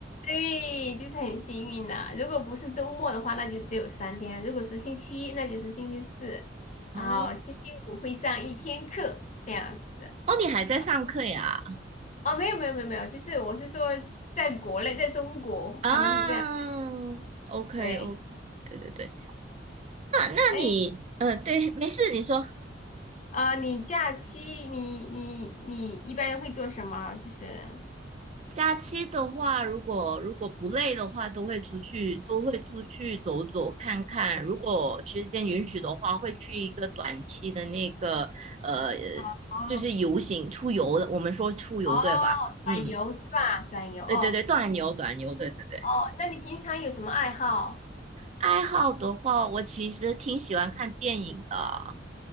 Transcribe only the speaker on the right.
啊，
哦，你还在上课呀？
啊
，OK，OK，
对对对。那那你，
呃，对，没事，你说。
假期的话，如果如果不累的话，都会出去，都会出去走走看看。如果时间允许的话，会去一个短期的那个，呃，
就是游行出游的，我们说出游对吧？
嗯，
对对对，短游短游，对对对。
爱好的话，我其实挺喜欢看电影的。